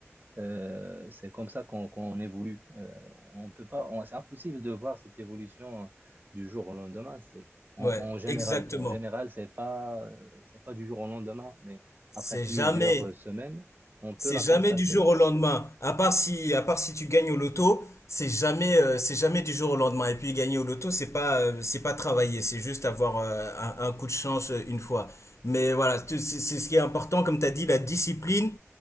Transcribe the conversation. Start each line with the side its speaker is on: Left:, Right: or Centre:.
Right: euh, c'est comme ça qu'on qu'on évolue. Euh, on peut pas, on- c'est impossible de voir cette évolution euh, du jour au lendemain. C'est en,
Left: Ouais,
Right: en général,
Left: exactement.
Right: en général, c'est pas, euh, c'est pas du jour au lendemain, mais
Left: C'est
Right: après plusieurs
Left: jamais,
Right: euh, semaines, on peut
Left: C'est
Right: la
Left: jamais
Right: constater.
Left: du jour au lendemain. À part si, à part si tu gagnes au loto, c'est jamais, euh, c'est jamais du jour au lendemain. Et puis gagner au loto, c'est pas, euh, c'est pas travailler, c'est juste avoir euh, un, un coup de chance euh, une fois. Mais voilà, tu- c'est c'est ce qui est important, comme tu as dit, la discipline